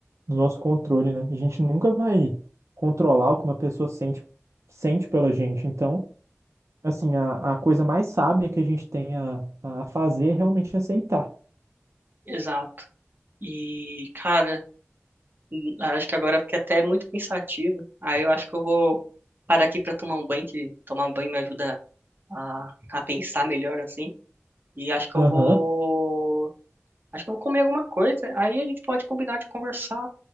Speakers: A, on the right (about 75°); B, on the right (about 45°).
A: do nosso controle, né? A gente nunca vai controlar o que uma pessoa sente, sente pela gente. Então, Assim, a, a coisa mais sábia que a gente tem a, a fazer é realmente aceitar.
B: Exato. E, cara, hum, acho que agora eu fiquei até muito pensativa. Aí eu acho que eu vou parar aqui pra tomar um banho, que tomar banho me ajuda a, a pensar melhor, assim. E acho que
A: Aham,
B: eu vou. Acho que eu vou comer alguma coisa. Aí a gente pode combinar de conversar